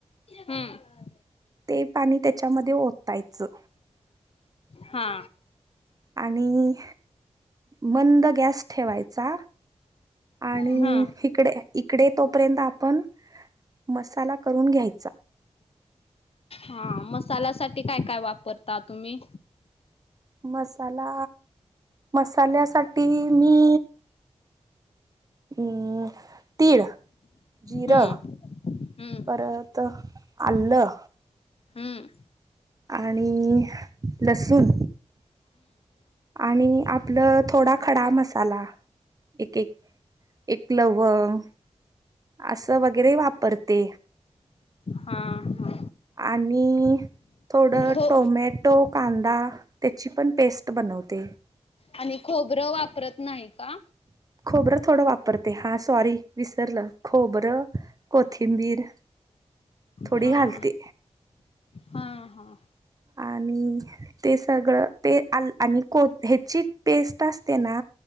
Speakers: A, on the left; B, on the right.
A: हम्म
B: ते पाणी त्याच्यामध्ये ओतायचं.
A: हा.
B: आणि मंद गॅस ठेवायचा. आणि
A: हम्म
B: इकडे इकडे तोपर्यंत आपण मसाला करून घ्यायचा.
A: हा, मसाल्या साठी काय काय वापरता तुम्ही?
B: मसाला, मसाल्यासाठी मी म तीळ, जिरं,
A: हम्म हम्म
B: परत आलं,
A: हम्म
B: आणि लसूण आणि आपलं थोडा खडा मसाला एक एक एक लवंग असं वगैरे वापरते
A: हम्म हा
B: आणि थोडं
A: खो
B: टोमॅटो कांदा त्याची पण पेस्ट बनवते.
A: आणि खोबरं वापरत नाही. का?
B: खोबरं थोडं वापरते. हा, सॉरी विसरलं खोबरं कोथिंबीर थोडी
A: हा
B: घालते.
A: हा हा
B: आणि ते सगळं ते आणि कोथ्याची पेस्ट असते ना